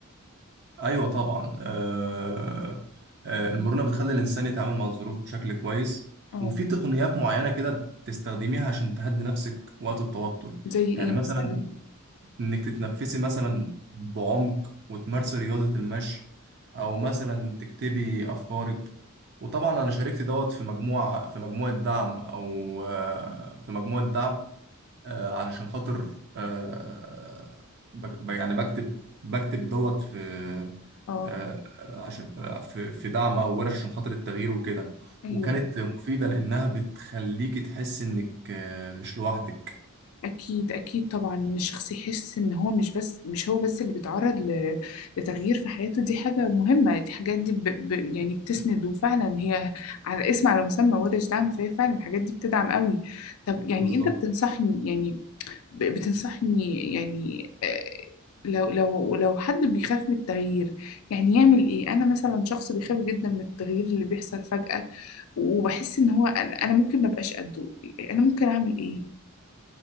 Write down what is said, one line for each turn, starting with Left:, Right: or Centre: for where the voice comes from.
Right: ايوه طبعا آه، آه، المرونه بتخلي الانسان يتعامل مع الظروف بشكل كويس
Left: اه
Right: وفي تقنيات معينه كده بتستخدميها عشان تهدي نفسك وقت التوتر
Left: زي ايه
Right: يعني مثلا
Left: مثلا
Right: انك تتنفسي مثلا بعمق وتمارسي رياضة المشي او مثلا تكتبي افكارك وطبعا انا شاركت دوت في مجموعة في مجموعة دعم او آه، في مجموعة دعم آه، علشان خاطر آه، بك- ب- يعني بكتب بكتب دوت في
Left: اه
Right: آه، عشان آه، في في دعم او ورش عشان خاطر التغيير وكده
Left: ايوه
Right: وكانت مفيدة لانها بتخليكي تحسي انك آه، مش لوحدك
Left: أكيد أكيد طبعا إن الشخص يحس إن هو مش بس مش هو بس اللي بيتعرض ل- لتغيير في حياته دي حاجة مهمة دي حاجات دي ب... ب... يعني بتسند وفعلا هي على اسم على مسمى ورش دعم فهي فعلا الحاجات دي بتدعم قوي طب يعني
Right: بالظبط
Left: أنت بتنصحني يعني ب... بتنصحني يعني آه، لو لو لو حد بيخاف من التغيير يعني يعمل إيه؟ أنا مثلا شخص بيخاف جدا من التغيير اللي بيحصل فجأة وبحس إن هو أنا أنا ممكن مبقاش قده أنا ممكن أعمل إيه؟